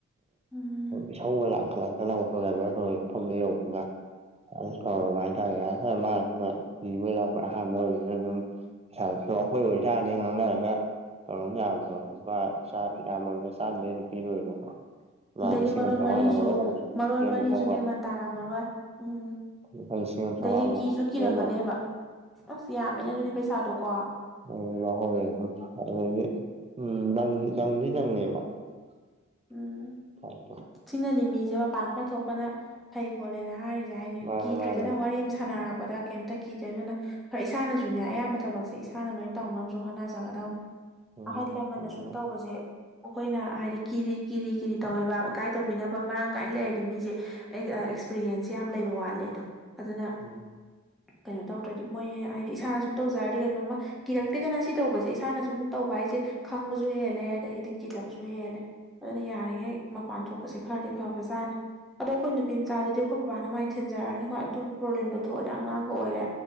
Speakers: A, in the centre; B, on the right (about 20°).
A: ꯎꯝ
B: ꯏꯁꯧꯒ ꯂꯥꯡꯈꯠꯂꯛꯇꯅ ꯑꯣꯇꯣ ꯗ꯭ꯔꯥꯏꯚꯔꯗꯣ ꯃꯐꯝꯗꯣ ꯌꯧꯕꯒ ꯇꯧꯔꯕ ꯍꯥꯏꯇꯥꯔꯦ ꯑ ꯁꯥꯔ ꯃꯥꯁꯤꯅ ꯀꯤꯕꯣꯏ ꯂꯥꯛꯄꯣꯏ ꯑꯍꯥꯟꯕ ꯑꯣꯏꯕꯅꯤꯅ ꯑꯗꯨꯝ ꯄꯩꯁꯥꯁꯨ ꯑꯩꯈꯣꯏ ꯑꯣꯏꯇꯥꯥꯔꯗꯤ ꯉꯥꯡꯅꯔꯒ ꯇꯧꯔꯝ ꯌꯥꯕꯗꯣ ꯂꯨꯄꯥ ꯆꯥꯝ ꯌꯥꯝꯃꯕꯗ ꯆꯥꯝꯃꯥꯗꯩ ꯍꯦꯟꯅ ꯄꯤꯔꯣꯏꯕꯀꯣ ꯃꯥ
A: ꯑꯗꯩꯗꯤ
B: ꯂꯤꯁꯤꯡ
A: ꯃꯔꯣꯜ
B: ꯑꯃ ꯆꯥꯝꯃꯉꯥꯗ
A: ꯃꯔꯤꯖꯨ
B: ꯉꯧꯔꯣꯛ ꯉꯧꯅ ꯑꯗꯨꯝ
A: ꯃꯔꯣꯜ
B: ꯄꯤꯔꯝꯕꯀꯣ
A: ꯃꯔꯤꯁꯨ
B: ꯍꯣꯏ
A: ꯃꯦꯟꯃꯥꯟ ꯇꯥꯔꯝꯃꯔꯣꯏ ꯎꯝ
B: ꯂꯨꯄꯥ ꯂꯤꯁꯤꯡ ꯑꯃ
A: ꯑꯗꯩꯗꯤ
B: ꯆꯥꯝꯃꯉꯥꯃꯨꯛ
A: ꯀꯤꯁꯨ ꯀꯤꯔꯝꯒꯅꯦꯕ
B: ꯄꯤꯔꯝꯃꯕ
A: ꯑꯁ ꯌꯥꯝꯃꯦꯅꯦ ꯑꯗꯨꯗꯤ ꯄꯩꯁꯥꯗꯣꯀꯣ
B: ꯎꯝ ꯂꯍꯧꯋꯦ ꯅꯪ ꯑꯗꯒꯤ ꯎꯝ ꯅꯪ ꯅꯪꯗꯤ ꯅꯪꯅꯦꯕ <unintelligible>
A: ꯎꯝ ꯁꯤꯅꯅꯤ ꯃꯤꯖꯦ ꯃꯄꯥꯟ ꯈꯔ ꯊꯣꯛꯄꯅ ꯐꯩ ꯈꯣꯠꯂꯦꯅ ꯍꯥꯏꯔꯤꯖꯦ ꯍꯥꯏ
B: ꯃꯥꯅꯦ
A: ꯀꯤꯗ꯭ꯔꯦꯗꯅ
B: ꯃꯥꯅꯦ
A: ꯋꯥꯔꯤ ꯑꯃ ꯁꯥꯟꯅꯔꯛꯄꯗ ꯀꯩꯝꯇ ꯀꯤꯗ꯭ꯔꯦ ꯑꯗꯨꯅ ꯈꯔ ꯏꯁꯥꯅꯁꯨꯅꯦ ꯑꯌꯥꯝꯕ ꯊꯕꯛꯁꯦ ꯏꯁꯥꯅ ꯂꯣꯏꯅ ꯇꯧꯅꯕꯁꯨ ꯍꯣꯠꯅꯖꯒꯗꯧꯅꯦ
B: ꯎꯝ
A: ꯑꯍꯜ ꯂꯃꯟꯅ
B: ꯎꯝ
A: ꯁꯨꯝ ꯇꯧꯕꯁꯦ ꯑꯩꯈꯣꯏꯅ ꯍꯥꯏꯗꯤ ꯀꯤꯔꯤ ꯀꯤꯔꯤ ꯀꯤꯔꯤ ꯇꯧꯋꯦꯕ ꯒꯥꯏꯠ ꯇꯧꯕꯤꯅꯕ ꯃꯔꯥꯡ ꯀꯥꯏꯅ ꯂꯩꯔꯗꯤ ꯃꯤꯖꯦ ꯑꯦꯛꯁꯄꯤꯔꯤꯌꯦꯟꯁꯁꯦ ꯌꯥꯝ ꯂꯩꯕ ꯋꯥꯠꯂꯦꯗꯣ ꯑꯗꯨꯅ
B: ꯎꯝ
A: ꯀꯩꯅꯣ ꯇꯧꯗ꯭ꯔꯗꯤ ꯃꯣꯏ ꯍꯥꯏꯗꯤ ꯏꯁꯥꯅ ꯁꯨꯝ ꯇꯧꯖꯔꯗꯤ ꯀꯩꯅꯣꯝꯃ ꯀꯤꯔꯛꯇꯦꯗꯅ ꯁꯤ ꯇꯧꯕꯖꯦ ꯏꯁꯥꯅ ꯁꯨꯝ ꯇꯧꯕ ꯍꯥꯏꯖꯦ ꯈꯪꯕꯁꯨ ꯍꯦꯜꯂꯦ ꯑꯗꯒꯤꯗꯤ ꯀꯤꯊꯕꯁꯨ ꯍꯦꯜꯂꯦ ꯑꯗꯨꯅ ꯌꯥꯔꯤꯈꯩ ꯃꯄꯥꯟ ꯊꯣꯛꯄꯁꯦ ꯈꯔꯗꯤ ꯐꯕꯖꯥꯠꯅꯤ ꯑꯗꯣ ꯑꯩꯈꯣꯏ ꯅꯨꯄꯤ ꯃꯆꯥꯗꯨꯗꯤ ꯑꯩꯈꯣꯏ ꯕꯕꯥꯅ ꯃꯥꯏꯅ ꯊꯤꯟꯖꯔꯅꯤ ꯍꯣꯏ ꯑꯗꯨꯝꯕ ꯄ꯭ꯔꯣꯕ꯭ꯂꯦꯝꯗꯣ ꯊꯣꯛꯑꯗꯤ ꯑꯉꯥꯡꯒ ꯑꯣꯏꯔꯦ